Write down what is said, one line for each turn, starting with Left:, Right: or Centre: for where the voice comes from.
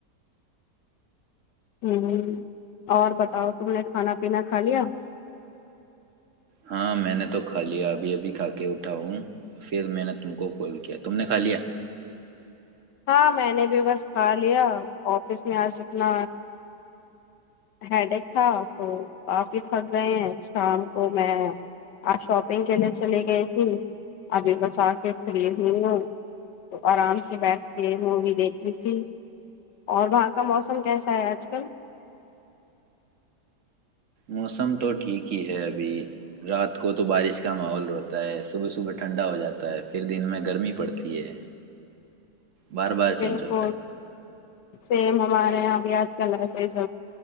Left: ہ اور بتاؤ تم نے کھانا پینا کھا لیا
Right: ہاں میں نے تو کھا لیا ابھی ابھی کھا کے اٹھا ہوں پھر میں نے تم کو کال کیا تم نے کھا لیا
Left: ہاں میں نے بھی بس کھا لیا آفس میں آج اتنا ہیڈیک تھا تو کافی تھک گئے ہیں شام کو میں آج شاپنگ کے لیے چلی گئی تھی ابھی بس آ کے کھری ہو ہوں تو آرام سے بیٹھ یہ مووی دیکھنی تھی اور وہاں کا موسم کیسا ہے آج کل
Right: موسم تو ٹھیک ہی ہے ابھی رات کو تو بارش کا ماحول ہوتا ہے صبح صبح ٹھنڈا ہو جاتا ہے پھر دن میں گرمی پڑتی ہے بار بار
Left: بالک
Right: چینج ہوتا ہے
Left: سیم ہمارے یہاں بھی آج کل ایس